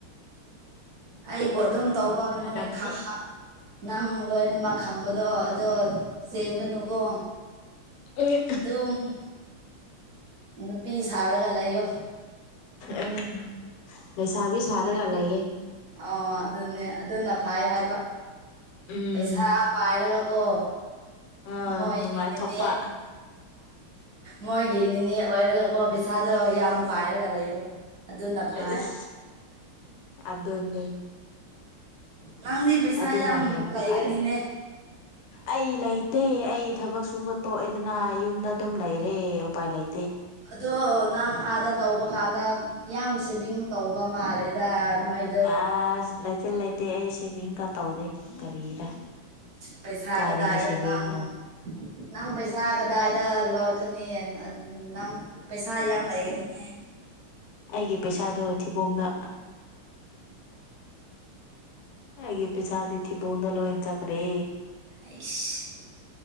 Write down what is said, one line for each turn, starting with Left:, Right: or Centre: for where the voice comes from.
Right: ꯑꯩꯕꯨ ꯑꯗꯨꯝ ꯇꯧꯕ
Left: ꯅꯨꯡꯉꯥꯏꯔꯝꯒꯅꯤ
Right: ꯅꯣꯏ ꯈꯥ ꯍꯥꯥ ꯅꯪ ꯂꯣꯏꯅꯃꯛ ꯈꯪꯕꯗꯣ ꯑꯗꯣ ꯆꯦꯟꯒꯅꯨꯀꯣ
Left: ꯑꯦ
Right: ꯑꯗꯨꯝ ꯅꯨꯄꯤ ꯁꯥꯔꯒ ꯂꯩꯌꯣ
Left: ꯑꯝ ꯂꯩꯁꯥꯕꯤ ꯁꯔꯥꯒ ꯂꯩꯒꯦ
Right: ꯑ ꯑꯗꯨꯅꯦ ꯑꯗꯨꯅ ꯄꯥꯝꯃꯤ ꯐꯩ ꯍꯥꯏꯕ
Left: ꯎꯝ
Right: ꯄꯩꯁꯥ ꯄꯥꯏꯔꯒ ꯀꯣ
Left: ꯑ
Right: ꯃꯣꯏꯒꯤ
Left: ꯅꯨꯡꯉꯥꯏꯊꯣꯛꯄ
Right: ꯗꯤꯅꯦ ꯃꯣꯏꯒꯤ ꯅꯤꯅꯦ ꯑꯣꯏꯔꯒꯀꯣ ꯄꯩꯁꯥꯗꯣ ꯌꯥꯝ ꯄꯥꯏꯔꯒ ꯂꯩꯔꯣ ꯑꯗꯨꯅ ꯐꯩ
Left: ꯏꯁ ꯑꯗꯨꯅꯤ
Right: ꯅꯪꯗꯤ ꯄꯩꯁꯥ
Left: ꯑꯗꯨꯅ
Right: ꯌꯥꯝ
Left: ꯍꯦꯟꯅ
Right: ꯂꯩꯒꯅꯤꯅꯦ
Left: ꯐꯔꯦꯕ ꯑꯩ ꯂꯩꯇꯦ ꯑꯩ ꯊꯕꯛ ꯁꯨꯕ ꯇꯣꯛꯑꯦꯗꯅ ꯌꯨꯝꯗ ꯑꯗꯨꯝ ꯂꯩꯔꯦ ꯎꯄꯥꯏ ꯂꯩ
Right: ꯑꯗꯣ ꯅꯪ ꯑꯥꯗ ꯇꯧꯕ ꯀꯥꯟꯗ ꯌꯥꯝ ꯁꯦꯕꯤꯡ ꯇꯧꯕ ꯃꯥꯜꯂꯦꯗ ꯅꯣꯏ
Left: ꯑꯁ ꯂꯩꯇꯦ ꯂꯩꯇꯦ ꯑꯩ ꯁꯦꯚꯤꯡꯒ ꯇꯧꯗꯦ ꯀꯔꯤꯔ
Right: ꯄꯩꯁꯥ
Left: ꯀꯥꯏꯗꯒꯤ
Right: ꯀꯗꯥꯏꯗ
Left: ꯁꯦꯚꯤꯡꯅꯣ
Right: ꯅꯪ ꯅꯪ ꯄꯩꯁꯥ ꯀꯗꯥꯏꯗ ꯂꯣꯠꯀꯅꯤ ꯎꯝ ꯅꯪ ꯄꯩꯁꯥ ꯌꯥꯝ ꯂꯩꯒꯅꯤꯅꯦ
Left: ꯑꯩꯒꯤ ꯄꯩꯁꯥꯗꯣ ꯊꯤꯕꯣꯡꯗ ꯑꯩꯒꯤ ꯄꯩꯁꯥꯗꯤ ꯊꯤꯕꯣꯡꯗ ꯂꯣꯏꯅ ꯆꯠꯈꯔꯦ
Right: ꯑꯩꯁ